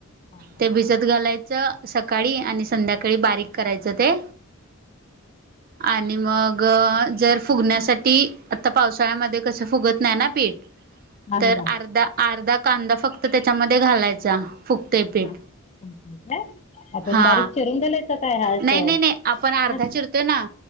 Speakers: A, on the left; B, on the right.
A: हां
B: ते भिजत घालायचं. सकाळी आणि संध्याकाळी बारीक करायचं ते. आणि मग जर फुगण्यासाठी आता. पावसाळ्यामध्ये कस फुगत नाही ना पीठ,,
A: हां
B: तर
A: हां
B: अर्धाऽ अर्धा कांदा फक्त त्याच्यामध्ये घालायचा,,, फुगतय पीठ.
A: हम काय आपण
B: हा
A: बारीक चिरून गेलायचं काय हालस
B: नाही नाही नाही आपण अर्धा चिरतोय ना